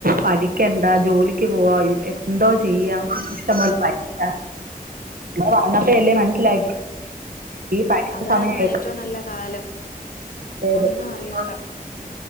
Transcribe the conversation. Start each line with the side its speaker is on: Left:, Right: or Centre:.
Right: പഠിക്കണ്ട ജോലിക്ക് പോവാ എന്തോ ചെയ്യാം ഇഷ്ടം പോലെ പഠിക്ക പിന്നെ വളർന്നപ്പയല്ലേ മനസ്സിലാ ഈ പഠിച്ച
Left: അതായിരുന്നു
Right: സമയായിര്ന്ന്
Left: ഏറ്റവും നല്ല കാലം
Right: ഏത്
Left: ഒന്നും അറിയണ്ട
Right: ആഹ്